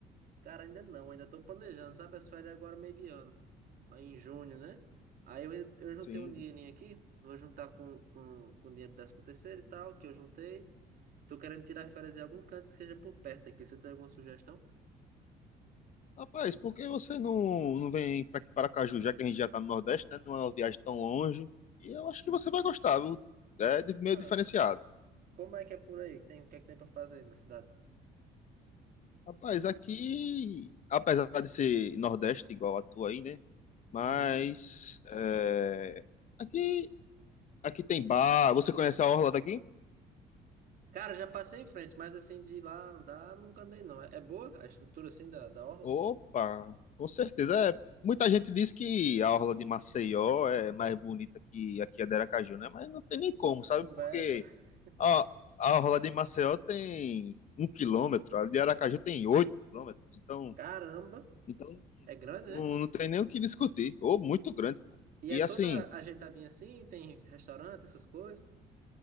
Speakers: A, on the right; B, on the left.
A: cara, ainda não, ainda tô planejando, sabe? As férias agora meio de ano, mas em junho, né? Aí eu, eu juntei
B: Sim.
A: um dinheirinho aqui, vou juntar com, com, com o dinheiro do 13 terceiro e tal, que eu juntei. Tô querendo tirar férias em algum canto que seja por perto aqui. Você tem alguma sugestão?
B: Rapaz, por que você não, não vem para aqui para Caju, já que a gente já tá no Nordeste, né? Não é uma viagem tão longe. E eu acho que você vai gostar, viu? É de- meio
A: Massa.
B: diferenciado.
A: Como é que é por aí? Tem, o que é que tem pra fazer aí na cidade?
B: Rapaz, aqui, apesar de ser Nordeste igual a tua aí, né? Mas
A: Uhum.
B: é, aqui, aqui tem bar. Você conhece a orla daqui?
A: Cara, já passei em frente, mas assim, de ir lá andar, nunca andei não. É, é boa a estrutura assim da, da orla?
B: Opa, com certeza. É, muita gente diz que a orla de Maceió é mais bonita que aqui a de Aracaju, né? Mas não tem nem como, sabe?
A: Conversa.
B: Porque
A: <laughs>
B: a, a orla de Maceió tem um quilômetro, a de Aracaju tem oito quilômetros. Então,
A: Caramba,
B: então
A: é grande,
B: não,
A: né?
B: não tem nem o que discutir. Ou muito grande, pô.
A: E
B: E
A: é toda
B: assim,
A: ajeitadinha assim, tem restaurante, essas coisas.